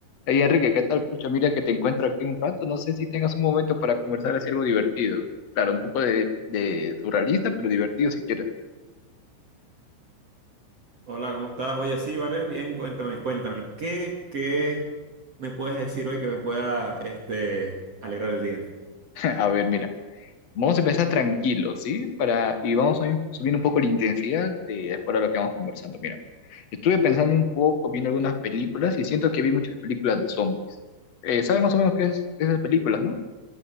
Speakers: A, on the left; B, on the right.
A: Hey Enrique, ¿qué tal? Pucha, mira que te encuentro aquí un rato. No sé si tengas un momento para conversar así algo divertido. Claro, un poco de, de surrealista, pero divertido si quieres.
B: Hola, ¿cómo estás? Oye, sí, vale, bien, cuéntame, cuéntame, ¿qué, qué me puedes decir hoy que me pueda, este, alegrar el día?
A: <laughs> A ver, mira, vamos a empezar tranquilo, ¿sí? Para, y vamos a ir subiendo un poco la intensidad de, de acuerdo a lo que vamos conversando. Mira, estuve pensando un poco, viendo algunas películas y siento que vi muchas películas de zombies. Eh, ¿sabes más o menos qué es esas películas, no?